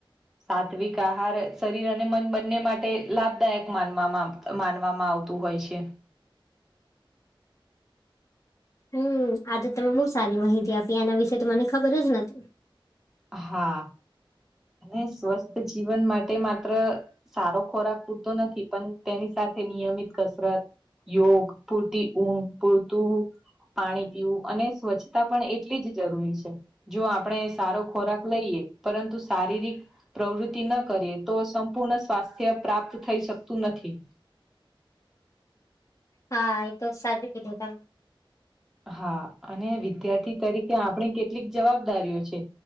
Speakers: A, in the centre; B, on the left.
A: સાત્વિક આહાર શરીર અને મન બને બને માટે લાભદાયક માનવામાં માનવામાં આવતું હોય છે.
B: હમ આ તો તમે બહુ સારી માહિતી આપી એના વિશેે તો મને ખબર જ નથી.
A: હા અને સ્વસ્થ જીવન માટે માત્ર સારો ખોરાક પૂરતો નથી પણ તેની સાથે નિયમિત કસરત યોગ પૂરતી ઊંઘ પુરતું પાણી પીવું અને સ્વચ્છતા પણ એટલી જ જરૂરી છે જો આપણે સારો ખોરાક લઈએ પરંતુ શારીરિક પ્રવૃત્તિ ન કરીએ તો સંપૂર્ણ સ્વાસ્થ્ય પ્રાપ્ત થઈ શકતું નથી
B: હા એ તો સાચું કીધું તમે
A: હા અને વિદ્યાર્થી તરીકે આપણી કેટલીક જવાબદારીઓ છે